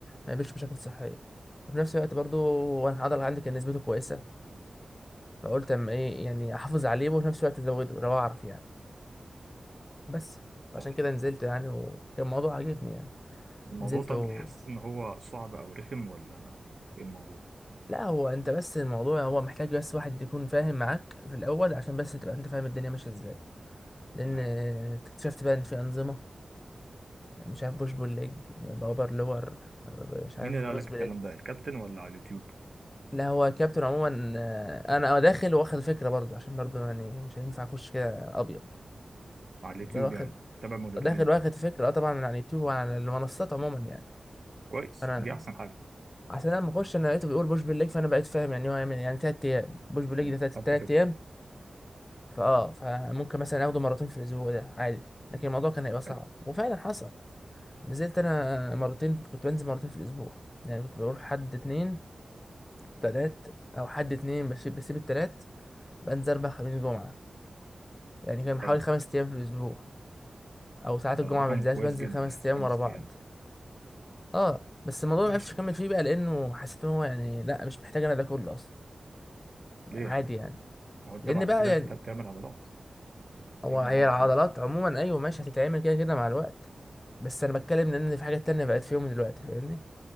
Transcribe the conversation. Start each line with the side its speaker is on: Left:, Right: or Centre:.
Left: يقابلش مشاكل صحيه وفي نفس الوقت برضو وانا العضله عندي كان نسبته كويسه فقلت اما ايه يعني احافظ عليه وفي نفس الوقت ازوده لو اعرف يعني بس عشان
Right: صح
Left: كده نزلت يعني وكان الموضوع عجبني يعني
Right: الموضوع
Left: نزلت
Right: طب
Left: و...
Right: حاسس إن هو صعب أو رخم ولا إيه الموضوع
Left: لا هو انت بس الموضوع هو محتاج بس واحد يكون فاهم معاك في الاول عشان بس تبقى انت فاهم الدنيا ماشيه ازاي لان
Right: تمام
Left: اكتشفت بقى ان في انظمه مش عارف بوش بول ليج باور لور مش
Right: مين
Left: عارف
Right: اللي
Left: بروس
Right: قال لك
Left: بليت
Right: الكلام ده الكابتن ولا على اليوتيوب
Left: لا هو كابتن عموما آه، انا داخل واخد فكره برضه عشان برضه يعني مش هينفع اخش كده ابيض
Right: على اليوتيوب
Left: ده واخد
Right: يعني تابع مدربين
Left: داخل
Right: وكده
Left: واخد فكره اه طبعا من على اليوتيوب وعلى المنصات عموما يعني
Right: كويس
Left: فانا
Right: دي أحسن حاجة
Left: عشان لما اخش انا لقيته بيقول بوش بول ليج فانا بقيت فاهم يعني هو هيعمل يعني تلات ايام بوش بول
Right: تمام.
Left: ليج ده تلات تلات
Right: خدت فكرة
Left: ايام فاه فممكن مثلا اخده مرتين في الاسبوع ده عادي لكن الموضوع كان هيبقى صعب
Right: حلو
Left: وفعلا حصل نزلت انا مرتين كنت بنزل مرتين في الاسبوع يعني كنت بروح حد اتنين تلات او حد اتنين بسيب بسيب التلات بنزل اربع خميس جمعة يعني كان حوالي
Right: حلو
Left: خمس ايام في الاسبوع او ساعات الجمعة
Right: ده رقم
Left: بنزلش
Right: كويس
Left: بنزل
Right: جدا
Left: خمس
Right: يعني
Left: ايام
Right: خمس
Left: ورا بعض
Right: أيام ده
Left: اه بس الموضوع
Right: ماشي
Left: ما عرفتش اكمل فيه بقى لانه حسيت ان هو يعني لا مش محتاج انا ده كله اصلا
Right: ليه
Left: عادي
Right: يا عم؟
Left: يعني
Right: هو أنت
Left: لان
Right: بعد
Left: بقى
Right: كده
Left: يعني
Right: هتحتاج تعمل عضلات أو
Left: هو
Right: تبني
Left: هي
Right: عضل
Left: العضلات
Right: شوية
Left: عموما ايوه ماشي هتتعمل كده كده مع الوقت بس انا بتكلم لان في حاجات تانية بقت في يوم دلوقتي فاهمني